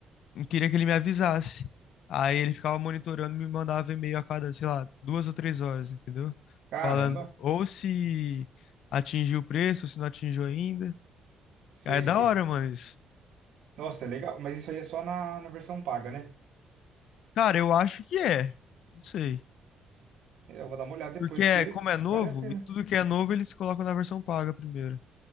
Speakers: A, on the left (about 75°); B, on the right (about 75°).
A: eu queria que ele me avisasse. Aí ele ficava monitorando, me mandava e-mail a cada, sei lá, duas ou três horas, entendeu?
B: Caramba,
A: Falando ou se atingiu o preço, ou se não atingiu ainda.
B: sei,
A: Ah, É da
B: sei.
A: hora, mano, isso.
B: Nossa, é legal, mas isso aí é só na, na versão paga, né?
A: Cara, eu acho que é. Não sei.
B: Eu vou dar uma olhada
A: Porque
B: depois
A: é,
B: que
A: como é novo,
B: vale a pena.
A: e tudo que é novo eles colocam na versão paga primeiro.